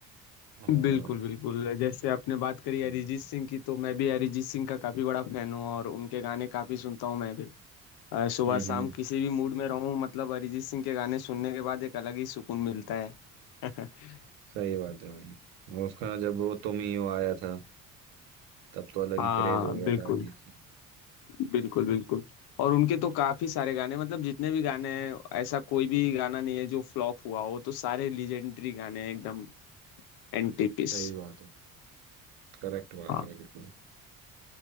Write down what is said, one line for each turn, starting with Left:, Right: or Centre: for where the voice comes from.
Right: और
Left: बिल्कुल बिल्कुल जैसे आपने बात करी अरिजीत
Right: हम्म
Left: सिंह की तो मैं भी अरिजीत सिंह का काफी बड़ा फैन हूँ और उनके गाने काफी सुनता हूँ मैं भी अ, सुबह
Right: हम्म
Left: शाम किसी भी मूड में रहूं मतलब अरिजीत सिंह के गाने सुनने के बाद एक अलग ही सुकून मिलता है <laughs>
Right: सही बात है भाई और उसका जब वो तुम ही हो आया था तब तो अलग
Left: हाँ
Right: ही क्रेज हो गया
Left: बिल्कुल
Right: था अरिजीत सिंह
Left: बिल्कुल बिल्कुल और उनके तो काफी सारे गाने मतलब जितने भी गाने हैं ऐसा कोई भी गाना नहीं है जो फ्लॉप हुआ हो तो सारे लीजेंडरी गाने हैं एकदम एंटीपीस
Right: सही बात है करेक्ट बात
Left: हाँ
Right: है बिल्कुल